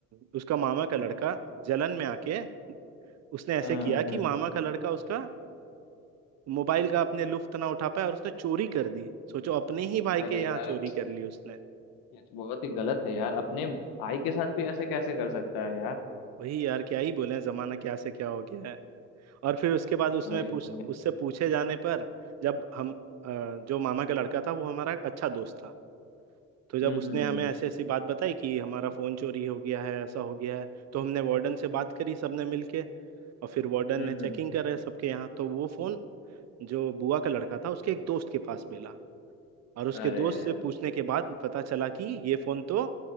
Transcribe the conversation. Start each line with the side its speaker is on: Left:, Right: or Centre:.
Right: अ, उसका मामा का लड़का जलन में आके उसने ऐसे
Left: हाँ
Right: किया
Left: हाँ
Right: कि मामा का लड़का उसका मोबाइल का अपने लुफ्त ना उठा पाया और उसने चोरी कर दी सोचो अपने ही भाई
Left: अरे
Right: के यहाँ
Left: यार
Right: चोरी कर ली उसने
Left: ये तो बहुत ही गलत है यार अपने भाई के साथ भी ऐसे कैसे कर सकता है यार
Right: वही यार क्या ही बोले जमाना क्या से क्या हो गया है और फिर उसके बाद उसमें
Left: वही
Right: पूछ
Left: वही।
Right: उससे पूछे जाने पर जब हम अ, जो मामा का लड़का था वो हमारा अच्छा दोस्त था तो जब
Left: हम्म
Right: उसने
Left: हम्म
Right: हमें
Left: हम्म
Right: ऐसी ऐसी बात बताई कि हमारा फोन चोरी हो गया है ऐसा हो गया है तो हमने वार्डन से बात करी सबने मिलके और फिर वार्डन
Left: हम्म
Right: ने चेकिंग
Left: हम्म।
Right: करे सबके यहाँ तो वो फोन जो बुआ का लड़का था उसके एक दोस्त के पास मिला और उसके
Left: अरे
Right: दोस्त से पूछने के बाद पता चला कि ये फोन तो